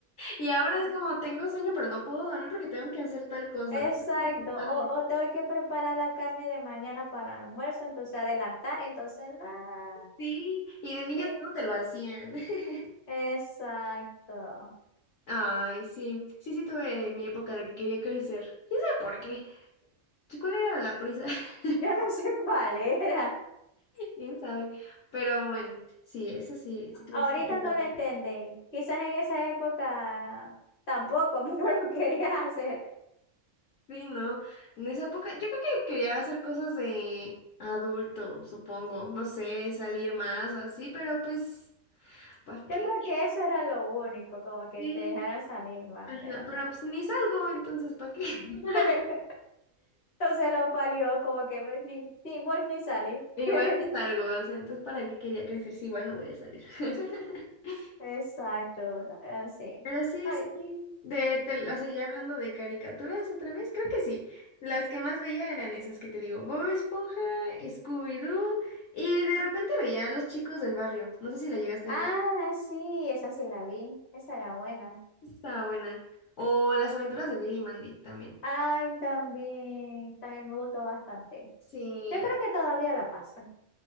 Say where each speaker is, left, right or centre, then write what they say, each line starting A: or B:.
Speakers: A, on the left (about 65°); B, on the left (about 45°).
A: Y ahora
B: <laughs>
A: es como tengo sueño, pero no puedo dormir porque tengo que hacer tal cosa. <laughs>
B: Exacto,
A: Ay,
B: o, o tengo que preparar la carne de mañana para el almuerzo, entonces adelantar, entonces nada.
A: sí. Y de niño
B: Y-
A: todo te lo hacían. <laughs>
B: Exacto.
A: Ay, sí. Sí, sí tuve mi época de que quería crecer. ¿Quién sabe por qué? ¿Cuál era la prisa? <laughs>
B: Yo no sé <laughs> cuál era.
A: ¿Quién sabe? Pero bueno, sí, esa sí, sí tuve
B: Ahorita
A: esa etapa.
B: no lo entendí. Quizás en esa época tampoco, <laughs> pero lo querías hacer.
A: Sí, ¿no? En esa época, yo creo que quería hacer cosas de adulto, supongo, no sé, salir más o así, pero pues, ¿para qué?
B: Yo creo que eso era lo único, como que
A: Sí,
B: te dejaran salir más,
A: Ajá,
B: pero
A: pero
B: no.
A: pues ni salgo, entonces, ¿para qué? <laughs>
B: <laughs> Entonces lo palió, como que pues, ni, ni vos ni salí.
A: Igual
B: <laughs>
A: ni salgo, o sea, entonces, ¿para qué quería crecer si igual no voy a salir? <laughs>
B: Exacto, así.
A: Pero sí,
B: Ay,
A: sí, sí, de, tel- o sea, ya hablando de caricaturas otra vez, creo que sí. Las que más veía eran esas que te digo, Bob Esponja, Scooby-Doo, y de repente veía a los chicos del barrio, no sé si la llegaste
B: Ah,
A: a ver.
B: sí, esa sí la vi. Esa era buena.
A: Esa estaba buena. O Las aventuras de Billy y Mandy también.
B: Ay, también, también me gustó bastante.
A: Sí.
B: Yo creo que todavía la pasan.